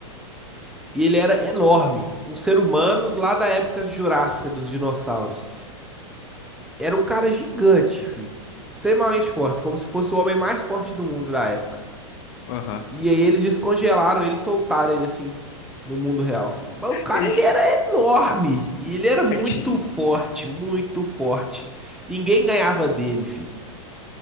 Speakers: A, in the centre; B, on the left.
A: e ele era enorme, um ser humano lá da época jurássica dos dinossauros. Era um cara gigante, filho. Extremamente forte, como se fosse o homem mais forte do mundo da época.
B: aham.
A: E aí eles descongelaram ele, soltaram ele assim no mundo real. fi. Mas o cara
B: Ele,
A: ele era enorme e ele era muito
B: <laughs>
A: forte, muito forte. Ninguém ganhava dele, fi.